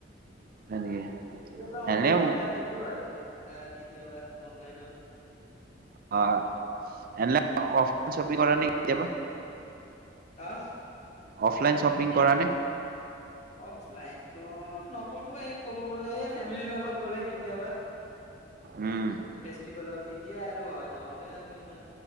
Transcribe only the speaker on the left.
কেতিয়াবা
অনলাইন অৰ্ডাৰ দিলো আজি আহ কেতিয়াবা অনলাইনত
হা
অফলাইন নকৰো এই ক'ব গ'লে এই ফেমিলিৰ লগত গ'লে কেতিয়াবা
ফেষ্টিভেলত এতিয়া হয় নহ'লে আৰু ইমান